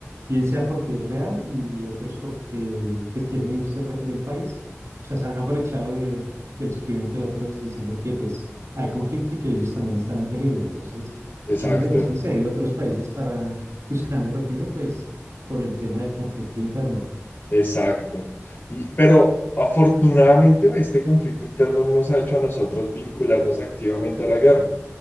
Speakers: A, on the right; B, on the left.
A: bien sea porque es real y otros porque pues quieren irse re- del país. O sea, se han aprovechado de, del sufrimiento de otros diciendo que pues hay conflicto y que ellos también están en peligro. Entonces, mucha
B: Exacto.
A: gente pues sí se ha ido a otros países para buscando refugio pues por el tema del conflicto interno.
B: Exacto. Y, pero afortunadamente este conflicto interno no nos ha hecho a nosotros vincularnos activamente a la guerra.